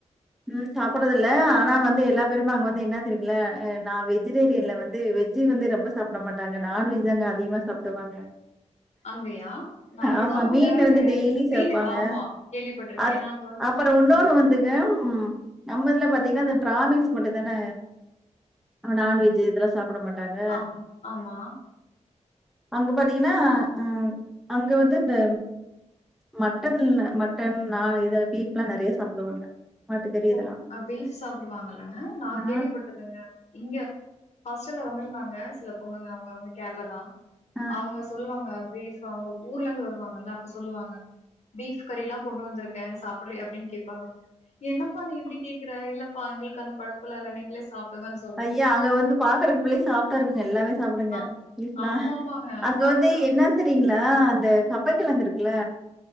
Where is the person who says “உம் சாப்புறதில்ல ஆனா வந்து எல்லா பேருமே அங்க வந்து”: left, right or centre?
Centre